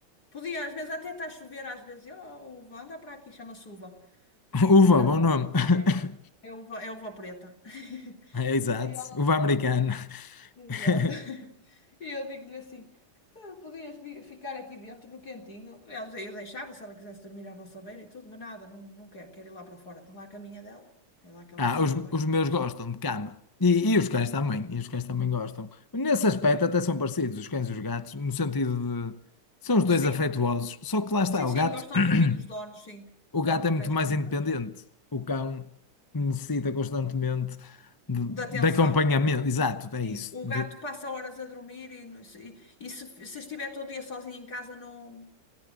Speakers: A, on the left; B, on the left.
A: Podia, às vezes, até está a chover, às vezes, oh, uva, anda para aqui, chama-se uva.
B: <laughs> Uva,
A: Anda.
B: bom nome. <laughs>
A: É, é uva, é uva preta. <laughs>
B: É, exato.
A: E ela
B: Uva americana.
A: Exato.
B: <laughs>
A: <laughs> E eu digo-lhe assim: "Tu podias vi- ficar aqui dentro no cantinho. Aliás, eu deixava se ela quisesse dormir à nossa beira e tudo, mas nada, não, não quero, quero ir lá para fora. Tem lá a caminha dela, é lá que ela
B: Ah,
A: se sente
B: os,
A: bem.
B: os meus gostam de cama. E, e os cães também. E os cães também gostam. Nesse aspecto até são parecidos, os cães e os gatos, no sentido de... São os dois
A: Sim,
B: afetuosos. Só que lá está,
A: sim,
B: o
A: sim,
B: gato,
A: gostam
B: <coughs>
A: de dormir com os donos, sim,
B: <clears throat> o
A: tanto
B: gato é muito
A: cães
B: mais
A: como
B: independente.
A: gatos.
B: O cão necessita constantemente de,
A: Da
B: de
A: atenção,
B: acompanhamento. Exato, é
A: sim.
B: isso.
A: O
B: De,
A: gato passa horas a dormir e, não- se, e se, se estiver todo dia sozinho em casa, não,